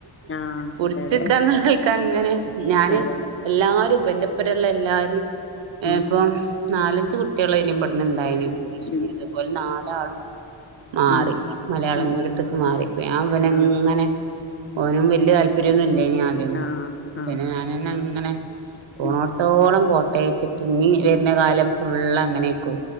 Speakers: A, on the left; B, on the right.
A: ആഹ്
B: പുടിച്ചക്കെന്നൾക്ക്
A: അതെ അതെ
B: അങ്ങനെ ഞാന്
A: അതെ
B: എല്ലാരും പ്പൻ്റെ- ഇവിടെള്ള എല്ലാര് ഏപ്പം-
A: ഉം
B: നാലഞ്ച് കുട്ടികൾ അയ്ന് ഇബട്ന്നുണ്ടായിന് ഇംഗ്ലീഷ്
A: ഉം.
B: മീഡിയത്തെ പോലെ നാല് താളും മാറി
A: ഉം.
B: മലയാളമീഡിയത്തേക്ക്
A: ഉം. ഉം.
B: മാറിപ്പ ഞാൻ ഇവനെ
A: ആ.
B: ഇങ്ങനെ
A: ഉം.
B: ഓനും വല്യ താല് ദൂരെന്നല്ലേ ആദ്യം ഒന്നും
A: ആ. ആ.
B: പിന്നെ ഞാനന്നങ്ങനെ ന്നെ പോണോടത്തോളം
A: ഉം.
B: പോട്ട് തേച്ചിട്ടിനി വരുന്ന കാലം ഫുള്ളങ്ങ അങ്ങനെക്കോ